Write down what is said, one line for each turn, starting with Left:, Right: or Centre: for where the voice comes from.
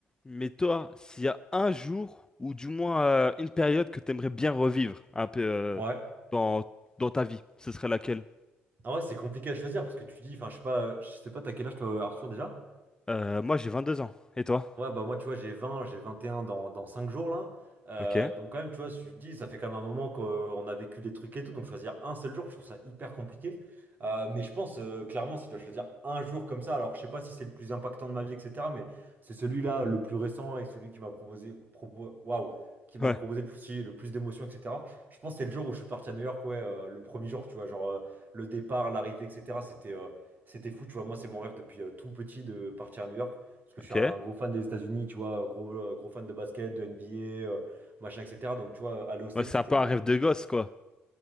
Left: Mais toi, s'il y a un jour, ou du moins euh, une période que t'aimerais bien revivre un peu euh,
Right: Ouais.
Left: dans, dans ta vie, ce serait laquelle?
Right: Ah ouais, c'est compliqué à choisir parce que tu dis, enfin, je sais pas, je sais pas, t'as quel âge toi, Arthur, déjà?
Left: Euh, moi, j'ai vingt deux ans. Et toi?
Right: Ouais, bah moi, tu vois, j'ai vingt j'ai 21 dans, dans 5 jours, là. Euh,
Left: Ok.
Right: donc, quand même, tu vois, si je te dis, ça fait quand même un moment qu'on a vécu des trucs et tout. Donc, choisir un seul jour, je trouve ça hyper compliqué. Euh, mais je pense, euh, clairement, si tu dois choisir un jour comme ça, alors je sais pas si c'est le plus impactant de ma vie, etc. Mais c'est celui-là le plus récent et celui qui m'a proposé, propo- waouh, qui m'a
Left: Ouais.
Right: proposé le plus, le plus d'émotions, etc. Je pense que c'est le jour où je suis parti à New York, ouais, euh, le premier jour, tu vois, genre euh, le départ, l'arrivée, etc. C'était euh, c'était fou, tu vois. Moi, c'est mon rêve depuis euh, tout petit de partir à New York. Parce que
Left: Ok.
Right: je suis un gros fan des États-Unis, tu vois, gros, euh, gros fan de basket, de NBA, euh, machin, etc. Donc, tu vois, Ohio State,
Left: Moi, c'est
Right: c'était
Left: un peu
Right: mon,
Left: un rêve de gosse, quoi.